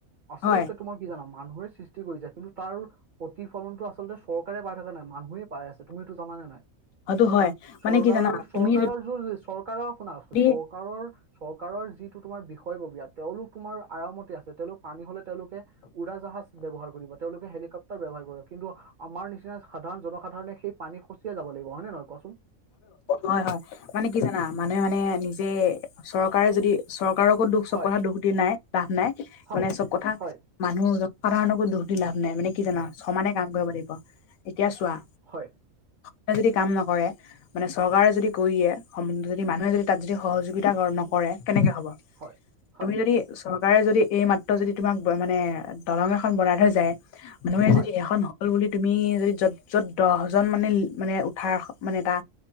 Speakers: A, on the right (about 65°); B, on the left (about 75°).
A: আচলতে
B: হয়
A: তোমাৰ কি জানা মানুহে সৃষ্টি কৰি যাই কিন্তু তাৰ প্ৰতিফলনটো আচলতে চৰকাৰে পাই থকা নাই মানুহে পাই আছে তুমি এইতো জানানে নাই
B: হয়টো হয়
A: কাৰণ
B: মানে
A: চৰকাৰৰ
B: কি জানা
A: চৰকাৰৰ
B: তুমি
A: <unintelligible> চৰকাৰৰ শুনা
B: যদি
A: চৰকাৰৰ - চৰকাৰৰ যিটো তোমাৰ বিষয়ববীয়া তেওঁলোক তোমাৰ আৰামতে আছে তেওঁলোক পানী হলে তেওঁলোকে উৰাজাহাজ ব্যৱহাৰ কৰিব তেওঁলোকে হেলিকপ্টাৰ ব্যৱহাৰ কৰে কিন্তু আমাৰ নিচিনা সাধাৰণ জনসাধাৰণে সেই পানী খচিয়ে যাব লাগিব হয় নে নহয় কোৱাচোন?
B: হয়- হয়, মানে কি জানা মানুহে মানে নিজে চৰকাৰে যদি চৰকাৰকো দুখ চব
A: হয়
B: কথা দুখ দি নাই লাভ নাই
A: হয়
B: মানে চব কথা
A: হয়
B: মানুহ জনসাধাৰণৰকো দুখ দি লাভ নাই মানে কি জানা ছমানে কাম কৰিব লাগিব এতিয়া চোৱা
A: হয়
B: সে যদি কাম নকৰে মানে চৰকাৰে যদি কৰিয়ে <unintelligible> মানুহে যদি তাত যদি সহযোগিতা নকৰে কেনেকে হ'ব
A: হয় হয়
B: তুমি যদি চৰকাৰে যদি এই মাত্ৰ যদি তোমাক মানে দলং এখন বনাই থৈ যায় মানুহে
A: হয়
B: যদি এখন হল বুলি তুমি যদি য'ত য'ত দহজন মানে মানে উঠা এখ মানে এটা